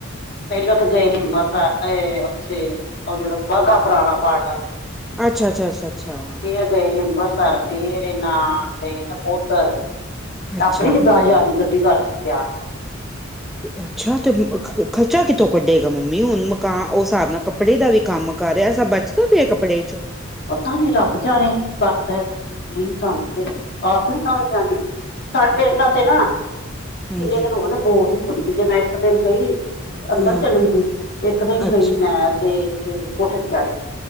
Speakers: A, on the left; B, in the centre.
A: ਪਹਿਲਾਂ ਤਾਂ ਗਏ ਅੰਬਰਸਰ ਉੱਥੇ ਉਹ ਜਾ ਬਗਾ ਪੁਰਾਣਾ ਪਾਠ ਆ
B: ਅੱਛਾ ਅੱਛਾ ਅੱਛਾ ਅੱਛਾ।
A: ਫਿਰ ਗਏ ਨੇ ਅੰਮ੍ਰਿਤਸਰ ਫਿਰ ਇਹ ਨਾ ਗਏ ਨਾ ਨਕੋਦਰ
B: ਅੱਛਾ
A: ਆਪਣੀ ਜਿਦਾ ਜ਼ਾਦੀ ਗੱਡੀ ਕਰਕੇ ਕਿਹਾ ਹੈ।
B: <inaudible> ਅੱਛਾ ਤੇ, ਖਰਚਾ ਕਿੱਥੋਂ ਕੱਢੇਗਾ ਮੰਮੀ? ਹੁਣ ਮਕਾਨ ਉਸ ਹਿਸਾਬ ਨਾਲ ਕੱਪੜੇ ਦਾ ਵੀ ਕੰਮ ਕਰ ਰਿਹਾ, ਸਭ ਚ ਕੀ ਪਿਆ, ਕੱਪੜੇ ਚੋ
A: ਪਤਾ ਨੀ, ਰੱਬ ਜਾਣੇ ਕੀ ਕਰਦਾ, ਤੇ ਕੀ ਨਹੀਂ ਸਾਨੂੰ ਤੇ ਆਪ ਨੀ ਸਮਝ ਆਉਂਦੀ ਸਾਡੇ <unintelligible>
B: ਹਾਂਜੀ
A: ਕਿੰਨੇ ਦਿਨ ਹੋ ਗਏ <unintelligible> ਇੱਕ ਦਿਨ ਗਈ, ਤੇ ਅੰਦਰ
B: ਹਾਂ
A: ਚਲੀ ਗਈ, ਇੱਕ ਦਿਨ
B: ਅੱਛ
A: ਗਈ ਮੈਂ ਤੇ ਇਹ ਕੋਠੇ ਤੇ ਚੜ